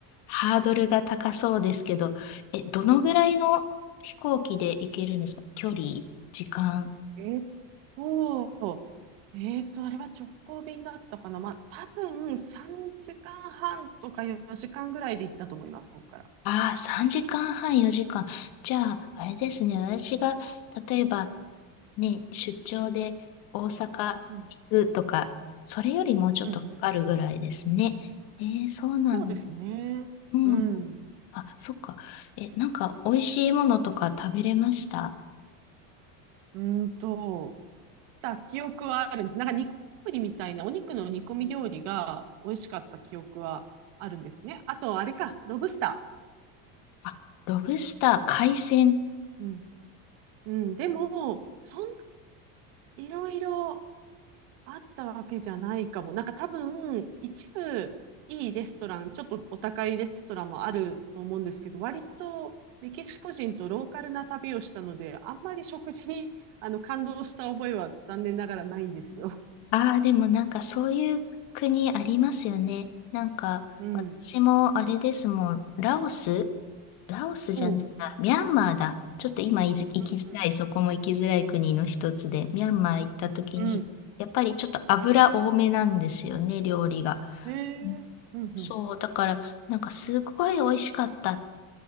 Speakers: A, on the left (about 55°); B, on the right (about 70°).
A: ハードルが高そうですけど、え、どのぐらいの飛行機で行けるんですか距離、時間。
B: えーっと、えーっと、あれは直行便だったかな。まあ、多分3時間半とか4時間ぐらいで行ったと思います、ここから。
A: ああ、3時間半、4時間。じゃあ、あれですね、私が、例えば、ね、出張で大阪行くとか、
B: うん、
A: それよりもうちょっとかかるぐらいですね。
B: うん、うん。
A: えー、そうなんだ。
B: そうですね。
A: うんうん。
B: うん。
A: あ、そっか。え、なんか、美味しいものとか食べれました
B: うーんと、た記憶はあるんです。なんか煮込みみたいな、お肉の煮込み料理が美味しかった記憶はあるんですね。あと、あれか、ロブスタ
A: あ、ロブスター、海鮮。
B: ー。うん。うん、でも、そんないろいろあったわけじゃないかも。なんか多分、一部いいレストラン、ちょっとお高いレストランもあると思うんですけど、割とメキシコ人とローカルな旅をしたので、あんまり食事にあの感動した覚えは残念ながらないんですよ。
A: ああ、でもなんか、そういう国ありますよね。なんか、
B: うん。
A: 私もあれですもん、ラオスラオスじゃないな、
B: そ
A: ミャンマーだ。ちょっと今いず行きづらい、
B: う。うん
A: そこも行きづらい国の一つで、ミャンマー行った時に、
B: うんうん。
A: やっぱりちょっと油多めなんですよね、料理が。
B: ええうんう
A: うんそう、だから、なんかすごい美味しかった